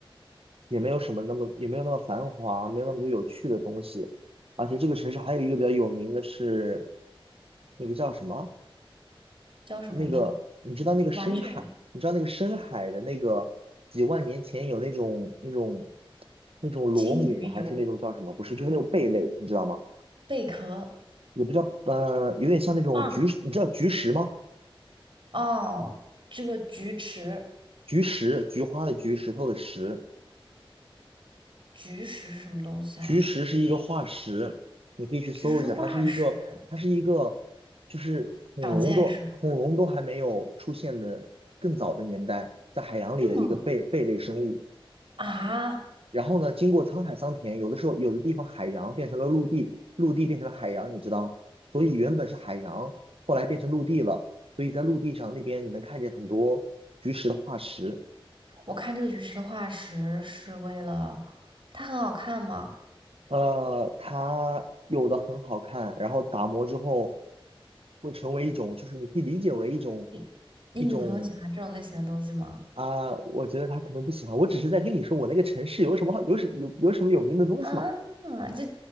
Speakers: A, on the right; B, on the right.
A: 也没有什么那么也没有那么繁华，没有那么多有趣的东西，而且这个城市还有一个比较有名的是那个叫什么？
B: 叫什么呢？
A: 那个，你知道那个深海，
B: 完全
A: 你知道那个深海的那个几万年前有那种那种那种螺母，
B: 金鱼油
A: 还是那种叫什么？不是，就是那种贝类，你知道吗？
B: 贝壳
A: 也不叫，呃，有点像那种菊石你知道菊石吗？
B: 棒，哦，这个菊池
A: 菊石，菊花的菊，石头的石，
B: 菊石是什么东西啊？
A: 菊石是一个化石，你可以去搜一下，
B: 这是化石，
A: 它是一个，它是一个，就是恐龙都恐龙都还没有出现的更早的年代，
B: 长见识了。
A: 在海洋里的一个贝贝类生物。
B: 这么啊！
A: 然后呢，经过沧海桑田，有的时候有的地方海洋变成了陆地，陆地变成了海洋，你知道，所以原本是海洋，后来变成陆地了，所以在陆地上那边你能看见很多菊石的化石，
B: 我看这个菊石的化石是为了它很好看吗？
A: 呃，它有的很好看，然后打磨之后会成为一种，就是你可以理解为一种
B: 你你女朋友喜欢这种类型的东西吗？
A: 一种啊、我觉得他可能不喜欢，我只是在跟你说我那个城市有什么好有什有有什么有名的东西嘛。
B: 啊，这